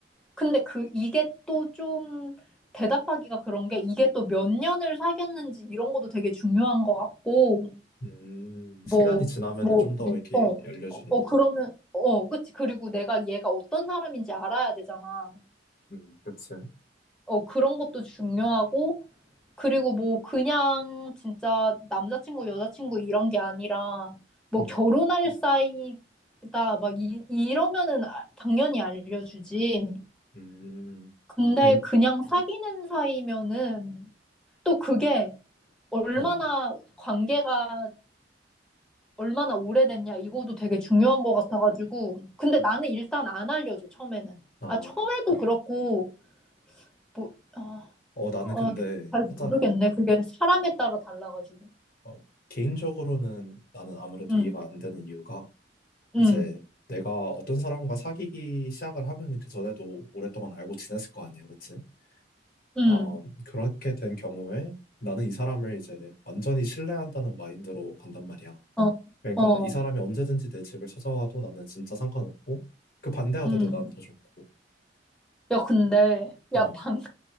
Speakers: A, in the centre; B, on the left.
A: 근데 그, 이게 또 좀 대답하기가 그런 게 이게 또 몇 년을 사귀었는지 이런 것도 되게 중요한 것 같고,
B: 음, 시간이
A: 뭐,
B: 지나면은
A: 뭐,
B: 좀 더 이렇게
A: 어,
B: 열려주는구나.
A: 어, 그러면, 어, 그치. 그리고 내가 얘가 어떤 사람인지 알아야 되잖아.
B: 음, 그치.
A: 어, 그런 것도 중요하고, 그리고 뭐, 그냥 진짜 남자친구, 여자친구 이런 게 아니라, 뭐,
B: 음,
A: 결혼할 사이다, 막, 이, 이러면은 아- 당연히 알려주지.
B: 음,
A: 근데
B: 뱅,
A: 그냥 사귀는 사이면은, 또 그게 얼마나
B: 어,
A: 관계가 얼마나 오래됐냐, 이것도 되게 중요한 것 같아가지고. 근데 나는
B: 음,
A: 일단 안 알려줘, 처음에는.
B: 아.
A: 아, 처음에도 그렇고, 뭐, 아,
B: 어, 나는
A: 어,
B: 근데
A: 잘
B: 하다가
A: 모르겠네. 그게 사람에 따라 달라가지고.
B: 어, 개인적으로는 나는 아무래도
A: 응,
B: 이해가 안 되는 이유가
A: 응,
B: 이제 내가 어떤 사람과 사귀기 시작을 하면은 그 전에도 오랫동안 알고 지냈을 거 아니야, 그치?
A: 응.
B: 음, 그렇게 된 경우에 나는 이 사람을 이제 완전히 신뢰한다는 마인드로 간단 말이야.
A: 어,
B: 그러니까
A: 어,
B: 이 사람이 언제든지 내 집을 찾아와도 나는 진짜 상관없고 그 반대가
A: 응.
B: 돼도 난 더 좋고
A: 야, 근데,
B: 어,
A: 야, 방